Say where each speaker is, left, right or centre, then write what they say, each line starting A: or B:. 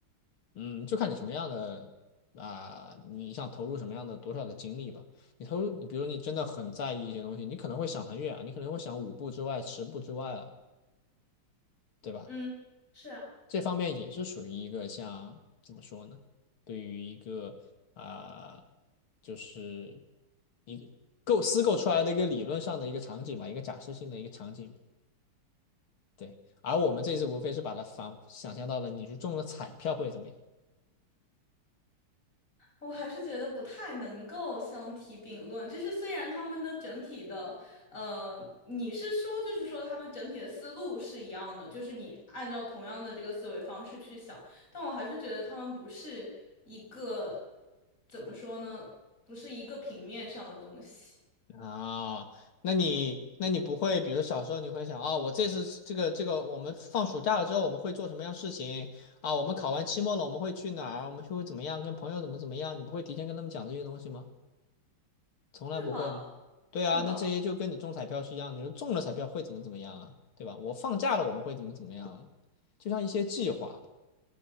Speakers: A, on the left (about 80°); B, on the left (about 40°).
A: 嗯，就看你什么样的啊、你想投入什么样的多少的精力吧。你投入，你比如你真的很在意一些东西，你可能会想很远啊，你可能会想五步之外、十步之外啊，对吧？
B: 嗯，是啊。
A: 这方面也是属于一个像怎么说呢？对于一个啊、就是一个构思构出来的一个理论上的一个场景吧，一个假设性的一个场景。对，而我们这次无非是把它反想象到了，你是中了彩票会怎么样？
B: 我还是觉得不太能够相提并论，就是虽然他们的整体的，呃，你是说就是说他们整体的思路是一样的，就是你按照同样的这个思维方式去想，但我还是觉得他们不是一个，怎么说呢，不是一个平面上的东西，
A: 啊，那你那你不会，比如小时候你会想啊、我这次这个这个，我们放暑假了之后我们会做什么样事情啊？我们考完期末了，我们会去哪儿？我们去会怎么样？跟朋友怎么怎么样？你不会提前跟他们讲这些东西吗？从来不会吗？
B: 会吧，
A: 对啊，
B: 会吧。
A: 那这些就跟你中彩票是一样的，你说中了彩票会怎么怎么样啊？对吧？我放假了我们会怎么怎么样啊？就像一些计划吧。